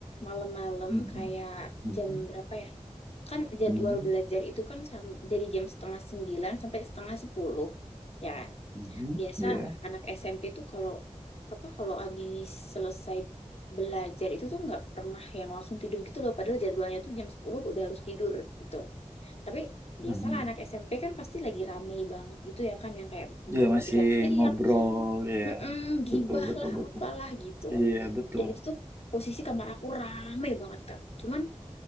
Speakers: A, on the left; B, on the right.
A: malam-malam
B: Mhm.
A: kayak
B: Mhm.
A: jam berapa ya? Kan jadwal
B: Mhm.
A: belajar itu kan sam- dari jam setengah sembilan sampai setengah sepuluh, ya kan?
B: Mhm,
A: Biasa
B: Ya,
A: anak SMP tuh kalau apa kalau habis selesai belajar itu tuh nggak pernah yang langsung tidur gitu loh. Padahal jadwalnya tuh jam 10 udah harus tidur gitu. Tapi biasalah
B: Mhm.
A: anak SMP kan pasti lagi rame banget gitu ya kan yang kayak
B: Ya
A: gue
B: masih
A: teriak-teriak,
B: ngobrol ya,
A: "Mm-mm, gibah
B: betul betul
A: lah
B: betul.
A: apalah gitu.
B: Iya betul.
A: Dan itu tuh posisi kamar aku rame banget Kak. Cuman